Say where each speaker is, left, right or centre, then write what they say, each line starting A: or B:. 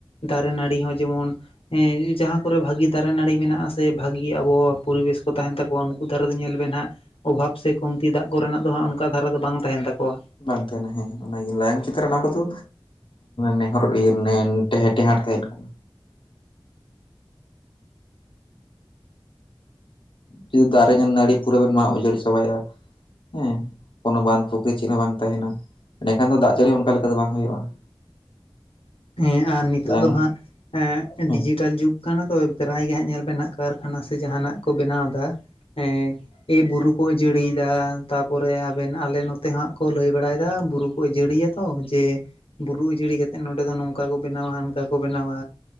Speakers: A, on the left; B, on the left.
A: ᱫᱟᱨᱮ ᱱᱟᱹᱲᱤ ᱦᱚᱸ ᱡᱮᱢᱚᱱ, ᱦᱮᱸ ᱡᱟᱦᱟᱸ ᱠᱚᱨᱮ ᱵᱷᱟᱜᱤ ᱫᱟᱨᱮ ᱱᱟᱹᱲᱤ ᱢᱮᱱᱟᱜᱼᱟ ᱥᱮ, ᱵᱷᱟᱹᱜᱤ ᱟᱵᱚᱦᱟᱣᱟ ᱯᱚᱨᱤᱵᱮᱥ ᱠᱚ ᱛᱟᱦᱮᱸᱱ ᱛᱟᱠᱚᱣᱟ ᱩᱱ ᱩᱱᱠᱩ ᱫᱷᱟᱨᱮ ᱫᱚ ᱧᱮᱞ ᱵᱮᱱ ᱱᱟᱦᱟᱜ ᱚᱵᱷᱟᱵᱽ, ᱥᱮ ᱠᱚᱢᱛᱤ ᱫᱟᱜ ᱠᱚᱨᱮᱱᱟᱜ ᱫᱚ ᱦᱟᱜ ᱚᱱᱠᱟ ᱫᱷᱟᱨᱟ ᱫᱚ ᱵᱟᱝ ᱛᱟᱦᱮᱱ ᱛᱟᱠᱚᱣᱟ᱾
B: ᱵᱟᱝ ᱛᱟᱦᱮᱸᱱᱟ ᱦᱮᱸ ᱚᱱᱟ ᱜᱤ, ᱞᱟᱭᱚᱝ ᱪᱮᱛᱟᱱ ᱨᱮ ᱚᱱᱟ ᱠᱚᱫᱚ ᱱᱮᱦᱚᱨ ᱤᱭᱟᱹ ᱱᱮ ᱴᱮ ᱴᱮᱦᱟᱴ ᱛᱟᱦᱮᱸᱱ ᱠᱟᱱᱟ᱾ ᱡᱩᱫᱤ ᱫᱟᱨᱮ ᱧᱚ ᱱᱟᱹᱲᱤ ᱯᱩᱨᱟᱹ ᱵᱮᱱ ᱢᱟᱜ ᱩᱡᱟᱹᱲ ᱪᱟᱵᱟᱭᱟ ᱦᱮᱸ ᱠᱳᱱᱳ ᱵᱟᱸᱫᱷ ᱯᱩᱠᱷᱨᱤ ᱪᱮᱫ ᱦᱚᱸ ᱵᱟᱝ ᱛᱟᱦᱮᱸᱱᱟ, ᱮᱸᱰᱮᱠᱷᱟᱱ ᱫᱚ ᱫᱟᱜ ᱡᱟᱹᱲᱤ ᱦᱚ ᱚᱱᱠᱟ ᱞᱮᱠᱟ ᱫᱚ ᱵᱟᱝ ᱦᱩᱭᱩᱜᱼᱟ᱾ <unintelligible>
A: ᱦᱮᱸ, ᱟᱨ ᱱᱤᱛᱚᱜ
B: ᱞᱟᱝ
A: ᱫᱚ ᱦᱟᱸᱜ ᱮ
B: ᱦᱮᱸ
A: ᱰᱤᱡᱤᱴᱟᱞ ᱡᱩᱜᱽ ᱠᱟᱱᱟ ᱛᱚ, ᱯᱨᱟᱭ ᱜᱮ ᱦᱟᱸᱜ ᱧᱮᱞ ᱵᱮᱱ ᱱᱟᱦᱟᱜ, ᱠᱟᱨᱠᱷᱟᱱᱟ ᱥᱮ ᱡᱟᱦᱟᱱᱟᱜ ᱠᱚ ᱵᱮᱱᱟᱣ ᱮᱫᱟ᱾ ᱦᱮᱸ ᱮ ᱵᱩᱨᱩ ᱠᱚ ᱟᱹᱡᱟᱹᱲᱤ ᱡᱟᱦᱟ ᱛᱟᱯᱚᱨᱮ ᱟᱵᱮᱱ ᱟᱞᱮ ᱱᱚᱛᱮ ᱦᱟᱸᱜ ᱠᱚ ᱞᱟᱹᱭ ᱵᱟᱲᱟᱭᱮᱫᱟ, ᱵᱩᱨᱩ ᱠᱚ ᱟᱹᱡᱟᱹᱲᱤᱭᱟ ᱛᱚ ᱡᱮ ᱵᱩᱨᱩ ᱩᱡᱟᱹᱲᱤ ᱠᱟᱛᱮ ᱱᱚ ᱚᱸᱰᱮ ᱫᱚ ᱱᱚᱝᱠᱟ ᱠᱚ ᱵᱮᱱᱟᱣᱟ, ᱦᱟᱱᱠᱟ ᱠᱚ ᱵᱮᱱᱟᱣᱟ,